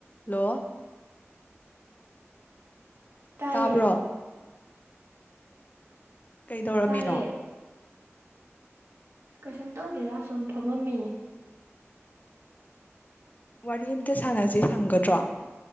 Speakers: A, on the left (about 35°); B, on the right (about 65°).
A: ꯂꯣ
B: ꯇꯥꯏꯌꯦ
A: ꯇꯥꯕ꯭ꯔꯣ ꯀꯩꯗꯧꯔꯝꯃꯤꯅꯣ
B: ꯇꯥꯏꯌꯦ ꯀꯩꯁꯨꯝ ꯇꯧꯗꯦꯗꯥ ꯁꯨꯝ ꯐꯝꯃꯝꯃꯤꯅꯤ
A: ꯋꯥꯔꯤ ꯑꯝꯇ ꯁꯥꯟꯅꯁꯤ ꯁꯪꯒꯗ꯭ꯔꯣ